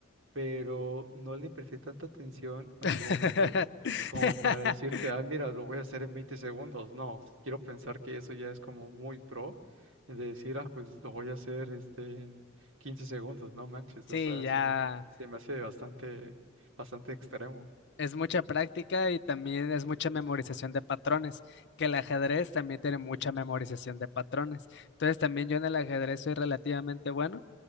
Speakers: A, on the right; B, on the left.
A: pero no le presté tanta atención en
B: <laughs>
A: su momento como para decirte, ah, mira, lo voy a hacer en 20 segundos. No, quiero pensar que eso ya es como muy pro, de decir, ah, pues lo voy a hacer este, en 15 segundos, no manches,
B: Sí,
A: o sea,
B: ya
A: sí, se me hace bastante, bastante extremo.
B: es mucha práctica y también es mucha memorización de patrones, que el ajedrez también tiene mucha memorización de patrones. Entonces también yo en el ajedrez soy relativamente bueno,